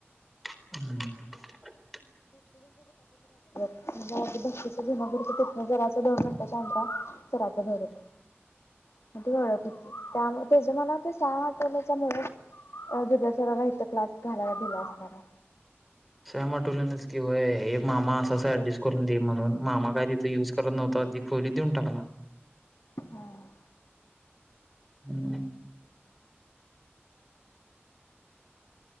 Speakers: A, in the centre; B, on the left.
A: हम्म
B: भक्तीच जुन घर होतं तिथनं जराचं दोन मिनटाच्या अंतरा सराचं घर होतं. मग ती ओळख होती त्या त्याची मला तर सहा वाटवण्याच्यामुळेचं अ दुद्याचारला इथं क्लास घाला दिला असणारा
A: सया माटोलिनचं की व्हंय एक मामा असं अस ऍडजस्ट
B: तेच
A: करून दे म्हणून मामा काय तिथं युज करत नव्हता ती खोली देऊन टाकला
B: हा.
A: हम्म